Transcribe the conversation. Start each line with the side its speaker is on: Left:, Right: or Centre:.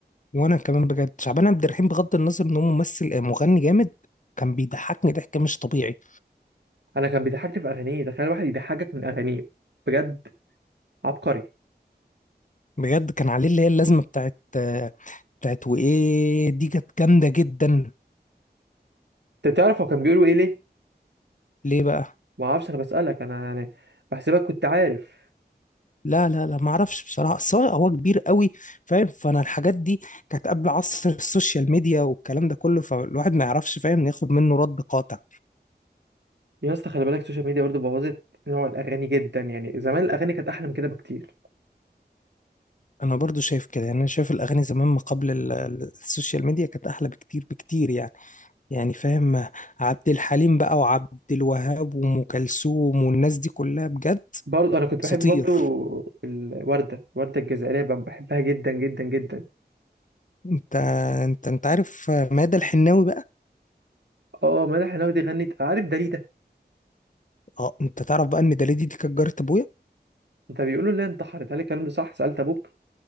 Left: وانا كمان بجد شعبان عبد الرحيم بغض النظر ان هو ممثل آه، مغني جامد كان بيضحكني ضحك مش طبيعي
Right: انا كان بيضحكني في اغانيه تخيل واحد يضحكك من اغانيه بجد عبقري
Left: بجد كان عليه اللي هي اللازمة بتاعت بتاعت وإيه دي كانت جامدة جدا
Right: انت تعرف هو كان بيقولوا ايه ليه
Left: ليه بقى؟
Right: ما اعرفش انا بسالك انا يعني بحسبك كنت عارف
Left: لا لا لا ما اعرفش بصراحة بس هو هو كبير قوي فاهم فانا الحاجات دي كانت قبل عصر السوشيال ميديا والكلام ده كله فالواحد ما يعرفش فاهم ياخد منه رد قاطع
Right: يا اسطى خلي بالك السوشيال ميديا برضو بوظت نوع الاغاني جدا يعني زمان الاغاني كانت احلى من كده بكتير
Left: انا برضو شايف كده يعني انا شايف الاغاني زمان ما قبل ال- ال- السوشيال ميديا كانت احلى بكتير بكتير يعني يعني فاهم عبد الحليم بقى وعبد الوهاب وام كلثوم والناس دي كلها بجد
Right: برضو انا كنت بحب
Left: اساطير
Right: برضو الورده الورده الجزائريه بقى بحبها جدا جدا جدا
Left: انت انت انت عارف مادة الحناوي بقى
Right: اه مدح الناوي غنت عارف داليدا
Left: اه انت تعرف بقى ان دليدي دي كانت جارة ابويا
Right: ده بيقولوا لها انتحرت هل الكلام ده صح سالت ابوك